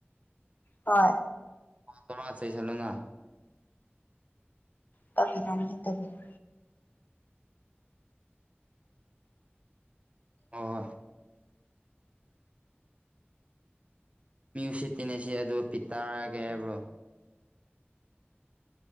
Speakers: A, on the left (about 45°); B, on the right (about 30°).
A: ꯍ
B: ꯑꯣꯗꯔꯣꯁ ꯆꯂꯣꯅ
A: ꯇꯕꯤꯔꯅꯤꯦ ꯇꯕꯤꯔ
B: ꯍ ꯍꯣꯏ ꯃ꯭ꯌꯨ ꯁꯤꯇꯤꯟꯅꯁꯤ ꯑꯗꯨ ꯄꯤ ꯇꯔꯒꯦ ꯍꯥꯏꯕ꯭ꯔꯣ